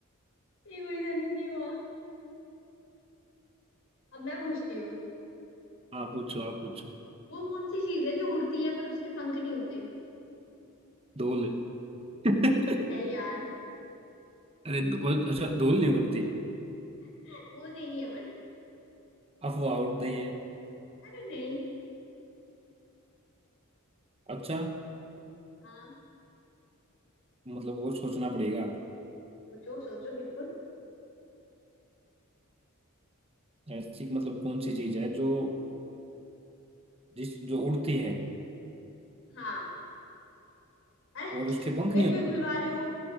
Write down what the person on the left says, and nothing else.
ये कोई सेंस नहीं हुआ अब मैं पूछती हूँ
वो कौन सी चीज है जो उड़ती है पर उसके पंख नहीं होते
अरे नहीं यार
<laughs> वो नहीं है बट
अरे नहीं
हाँ
सोचो सोचो बिल्कुल
हाँ अरे
मेरे
को ही भुलवा रहे हो